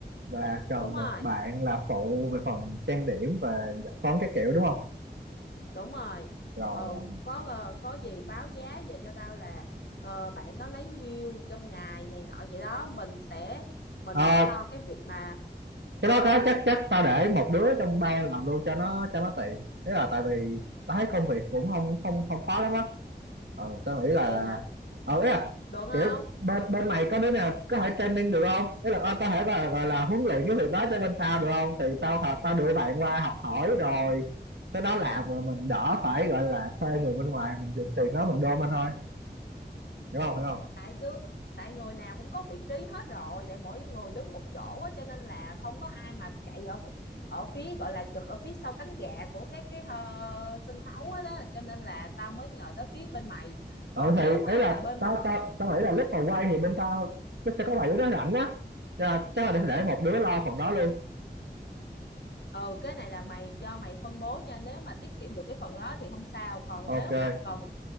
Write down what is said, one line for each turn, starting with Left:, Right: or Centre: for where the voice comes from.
Right: và cần
Left: đúng rồi
Right: một bạn là phụ về phần trang điểm về dẫn phấn các kiểu đúng không
Left: đúng rồi
Right: rồi
Left: ừ
Right: rồi
Left: có ờ, có gì báo giá về cho tao là ờ, bạn đó lấy nhiêu trong ngày này nọ vậy đó mình sẽ mình
Right: Ờ,
Left: sẽ lo cái việc mà
Right: cái đó
Left: ờ,
Right: cái chắc chắc tao để một đứa trong ban làm luôn cho nó cho nó tiện thế là tại vì tao thấy công việc cũng không không không khó lắm á ừ, tao nghĩ là
Left: vậy hả
Right: ờ, ý là
Left: được không
Right: kiểu bên bên mày có đứa nào có thể training được không ý là ờ, có thể là gọi là huấn luyện cái việc đó cho bên tao được không thì tao hợp tao đưa bạn qua học hỏi rồi cái đó làm rồi mình đỡ phải gọi là thuê người bên ngoài mình dùng tiền đó mình đôn lên thôi hiểu không hiểu không
Left: tại đứa tại người nào cũng có vị trí hết rồi để mỗi người đứng một chỗ á cho nên là không có ai mà chạy ở ph- ở phía gọi là trực ở phía sau cánh gà của cái cái ờ, sân khấu hết đó cho nên là tao mới nhờ tới phía bên mày
Right: ừ
Left: còn
Right: thì
Left: nếu mà
Right: ý là
Left: bên
Right: tao
Left: mà
Right: tao tao nghĩ là lúc mà quay thì bên tao chắc sẽ có bảy đứa nó rảnh á Cho nên chắc là để, để một đứa lo phần đó luôn
Left: ừ cái này là mày do mày phân bố nha nếu mà tiết kiệm được cái phần đó thì không sao còn
Right: ok
Left: nếu mà cần